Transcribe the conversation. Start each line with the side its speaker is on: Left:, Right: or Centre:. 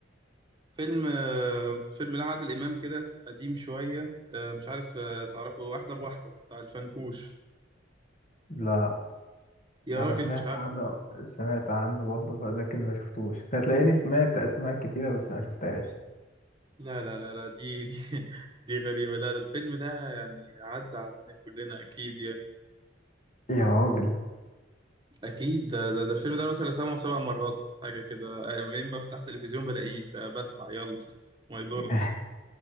Right: فيلم آه، فيلم لعادل امام كده قديم شويه آه، مش عارف آه، تعرفه واحده بواحده بتاع الفنكوش
Left: لا
Right: يا
Left: انا
Right: راجل
Left: سمعت
Right: مش عارفه
Left: عنه سمعت عنه برضه ف- لكن ما شفتوش هتلاقيني سمعت اسماء كتيره بس ما شفتهاش
Right: لا لا لا لا دي دي <laughs> دي غريبه لا ده الفيلم ده يعني عدى علينا كلنا اكيد
Left: يا راجل
Right: اكيد ده, ده, ده الفيلم ده مثلا سبع سبع مرات حاجه كده منين بفتح تلفزيون بلاقيه فبسمع يلا <laughs> ما يضرش
Left: <laughs>